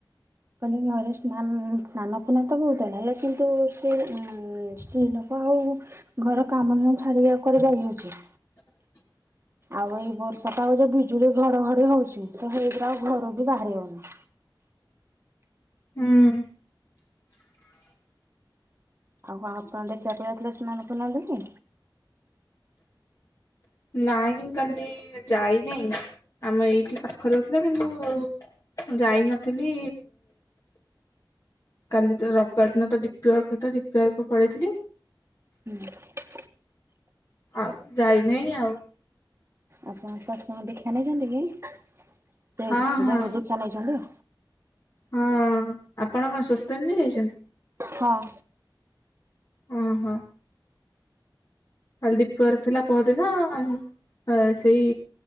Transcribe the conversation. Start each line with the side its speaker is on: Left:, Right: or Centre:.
Right: କଲି ନ ରେ ସ୍ନାନ ପୁର୍ଣ୍ଣିମା ତ ବହୁତ ହେଲା ହେଲେ କିନ୍ତୁ ସେ ସ୍ତ୍ରୀ ଲୋକ ଆଉ ଘର କାମ ଧାଁ ଛାଡି ଆଉ କୁ ଆଡ଼େ ଯାଇହଉଛି।
Left: ଠିକ।
Right: ଆଉ ଏଇ ବର୍ଷାଟା ଆଉ ଯଉ ବିଜୁଳି ଘଡଘଡି ହଉଛି ତ ହେଇଥିରେ ଆଉ ଘର ବି ବାହାରି ହଉନି।
Left: ହୁଁ।
Right: ଆଉ କ ଆପଣ ଦେଖିବାକୁ ଯଥିଲେ ସ୍ନାନ ପୂର୍ଣ୍ଣିମା ଦେଖି।
Left: ନାଇଁ କାଲି ଯାଇନେଇ ଆମ ଏଇଠି ପାଖରେହୁଥିଲା କିନ୍ତୁ ମୁଁ ଯାଇନଥିଲି। କାଲି ତ ରବିବାର ଦିନ ତ ଡିପି ୱାର୍କଥିଲା ଡିପି ୱାର୍କ ପଳେଇଥିଲି।
Right: ହୁଁ।
Left: ଆଉ ଯାଇ ନେଇ ଆଉ।
Right: ଆପଣ ଶାଶୁ ଦୀଖ୍ୟା ନେଇଛନ୍ତି କି ସେ
Left: ହଁ ହଁ
Right: ଜୋ ଦୀଖ୍ୟା ନେଇଛନ୍ତି।
Left: ହଁ ଆପଣ କଣ ସୁସ୍ଥ ନେଇ ଯାଇଛନ୍ତି।
Right: ହଁ।
Left: ହଁ ହଁ। କାଲି ଡିପୀ ୱର୍କ ଥିଲା ପହଦିନ ହ ସେଇ